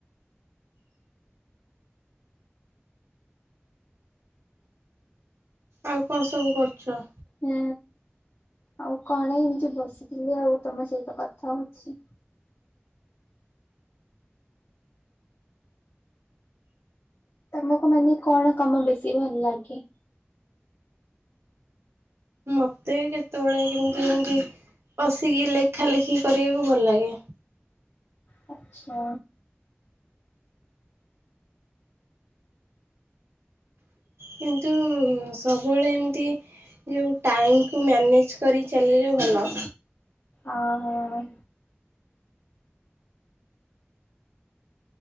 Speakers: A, on the right; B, on the left.
A: ଆଉ କଣ ସବୁ କରୁଛ?
B: ହୁଁ ଆଉ କଣ ଏମିତି ବସିଥିଲି ଆଉ ତମ ସହିତ କଥା ହଉଛି। ତମକୁ ମାନେ କଣ କାମ ବେଶୀ ଭଲ ଲାଗେ?
A: ମତେ କେତେବେଳେ କେମିତି ଏମତି ବସିକି ଲେଖା ଲେଖି କରିବାକୁ ଭଲ ଲାଗେ।
B: ଆଚ୍ଛା।
A: କିନ୍ତୁ ସବୁବେଳେ ଏମିତି ଯୋଉ ଟାଇମକୁ ମ୍ୟାନେଜ କରି ଚାଲିଲେ ଭଲ।
B: ଅ ହ।